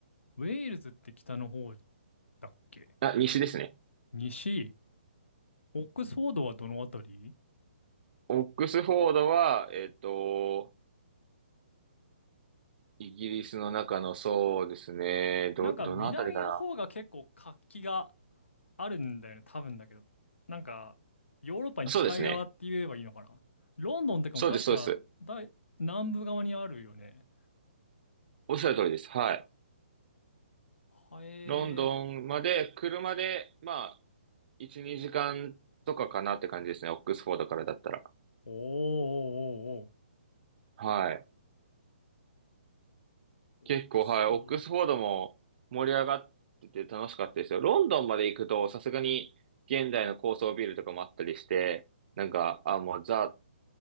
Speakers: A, on the left; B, on the right.
A: ウェールズって北の方だっけ
B: あ、西ですね。
A: 西オックスフォードはどのあたり
B: オックスフォードは、えっと、イギリスの中の、そうですね、ど、
A: なんか南の方が結構活気が
B: どのあたりかな。
A: あるんだよね、多分だけど。なんか、ヨーロッパに近い側って言えばいいのかな。
B: そうですね。
A: ロンドンとかも確か大南部側にあるよね。
B: そうです、そうです。おっしゃる通りです。はい。
A: はえー。
B: ロンドンまで、車で、まあ、1、2時間とかかなって感じですね。オックスフォードからだったら。
A: おーお
B: はい。
A: ーおーおー。
B: 結構、
A: オックスフォード。
B: はい、オックスフォードも盛り上がってて楽しかったですよ。ロンドンまで行くと、さすがに現代の高層ビルとかもあったりして、なんか、あ、もうザ